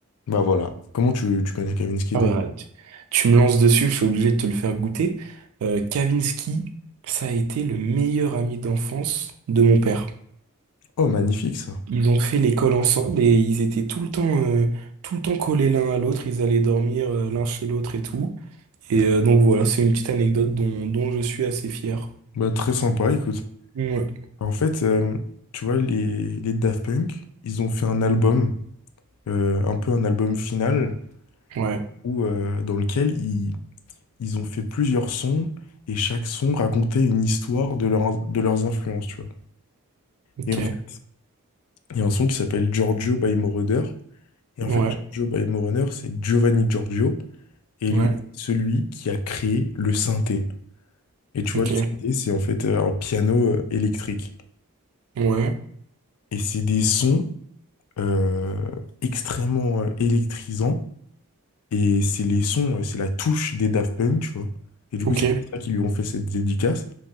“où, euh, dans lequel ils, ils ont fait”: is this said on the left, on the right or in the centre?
Left